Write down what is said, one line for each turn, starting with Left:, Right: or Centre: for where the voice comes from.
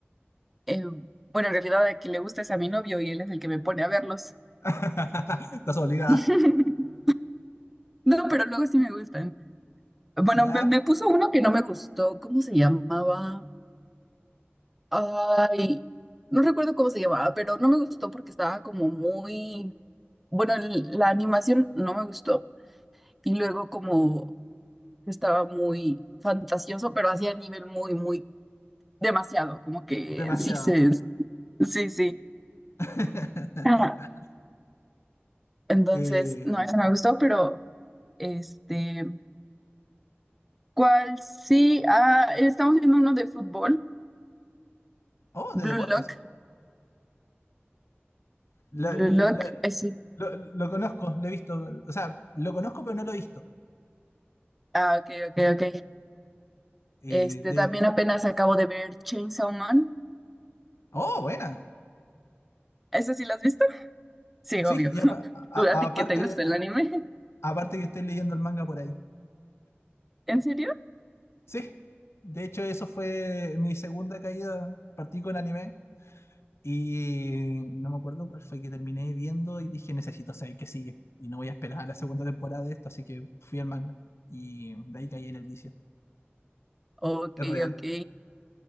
Centre: Eh, bueno, en realidad a quien le gusta es a mi novio y él es el que me pone a verlos.
Left: <laughs> Estás obligada.
Centre: <laughs> No, pero luego sí me gustan. Bueno,
Left: ¿Ya?
Centre: me, me puso uno que no me gustó. ¿Cómo se llamaba? Ay, no recuerdo cómo se llamaba, pero no me gustó porque estaba como muy... Bueno, el- la animación no me gustó. Y luego como que estaba muy fantasioso, pero hacía nivel muy, muy demasiado. Como que
Left: Demasiado.
Centre: sí se... Sí, sí.
Left: <laughs>
Centre: Ah. Entonces,
Left: Eh,
Centre: no, eso me gustó, pero este... ¿Cuál? Sí, ah, estamos viendo uno de fútbol,
Left: oh, de
Centre: Blue
Left: deportes.
Centre: Lock,
Left: Lo,
Centre: Blue
Left: lo-
Centre: Lock, ese,
Left: lo- lo conozco, lo he visto. O sea, lo conozco, pero no lo he visto.
Centre: ah, ok, ok, ok.
Left: Eh,
Centre: Este,
Left: de,
Centre: también apenas acabo de ver Chainsaw Man,
Left: oh, buena.
Centre: ¿ese sí lo has visto? Sí,
Left: Sí,
Centre: obvio.
Left: y
Centre: <laughs>
Left: apa- a-
Centre: ¿Tú a
Left: a-
Centre: ti
Left: aparte,
Centre: que te gusta el anime? <laughs>
Left: aparte que estoy leyendo el manga por ahí.
Centre: ¿En serio?
Left: Sí, de hecho eso fue mi segunda caída, partí con anime y no me acuerdo cuál fue que terminé viendo y dije necesito saber qué sigue y no voy a esperar a la segunda temporada de esto, así que fui al manga y de ahí caí en el vicio.
Centre: Ok,
Left: Es real.
Centre: ok,